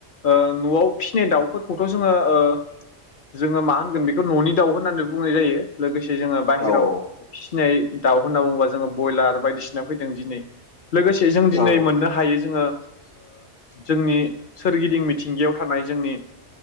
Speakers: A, on the left (about 50°); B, on the left (about 75°).
A: ओ न'आव फिसिनाय दाउफोरखौथ' जोंङो ओ जोंङो मा होनगोन बेखौ न'नि दाउ होननानै बुंनाय जायो। लोगोसे जोंङो बाहेरायाव
B: औ
A: फिसिनाय दाउ होनना बुंङोबा जोंङो ब्रयलार बायदिसिना फैदों दिनै लोगोसे जों दिनै
B: औ औ
A: मोननो हायो जोङो जोंनि सोरगिदिं मिथिंगायाव थानाय जोंनि